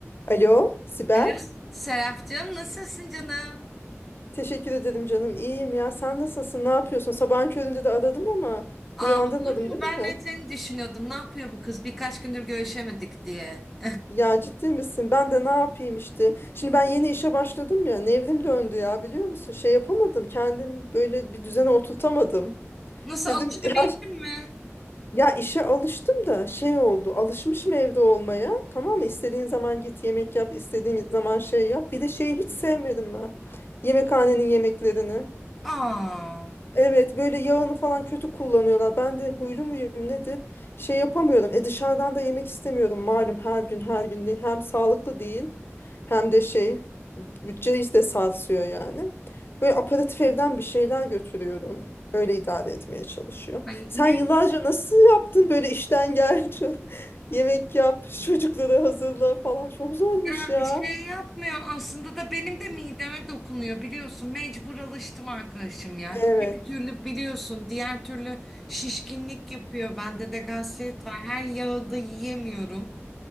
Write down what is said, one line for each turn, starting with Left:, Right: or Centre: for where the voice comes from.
Left: Alo, Sibel.
Centre: Alo Serapcığım nasılsın canım?
Left: Teşekkür ederim canım. İyiyim ya. Sen nasılsın? Ne yapıyorsun? Sabahın köründe de aradım ama
Centre: Aa,
Left: uyandırmadım
Centre: olur
Left: değil
Centre: mu? Ben
Left: mi?
Centre: de seni düşünüyordum. Ne yapıyor bu kız? Birkaç gündür görüşemedik diye.
Left: Ya ciddi misin? Ben de ne yapayım işte. Şimdi ben yeni işe başladım ya. Nevrim döndü ya biliyor musun? Şey yapamadım. Kendim böyle bir düzene oturtamadım.
Centre: <laughs> Nasıl
Left: Dedim
Centre: alışabildin
Left: ya,
Centre: mi?
Left: ya işe alıştım da şey oldu. Alışmışım evde olmaya. Tamam mı? İstediğin zaman git yemek yap. istediğin zaman şey yap. Bir de şeyi hiç sevmedim ben. Yemekhanenin yemeklerini.
Centre: Aa,
Left: Evet böyle yağını falan kötü kullanıyorlar. Ben de huylu muyum nedir? Şey yapamıyorum. E dışarıdan da yemek istemiyorum malum her gün her gün değil. hem sağlıklı değil hem de şey bütçeyi de sarsıyor yani. Böyle aparatif evden bir şeyler götürüyorum. Öyle idare etmeye çalışıyorum.
Centre: ay
Left: Sen
Centre: ne
Left: yıllarca nasıl yaptın böyle işten gel <laughs> çal- yemek yap çocukları hazırla falan çok zormuş
Centre: ya
Left: ya.
Centre: şey yapmıyor aslında da benim de mideme dokunuyor biliyorsun. Mecbur alıştım arkadaşım ya.
Left: Evet.
Centre: Öteki türlü biliyorsun diğer türlü şişkinlik yapıyor. Bende de gaziyet var. Her yağı da yiyemiyorum.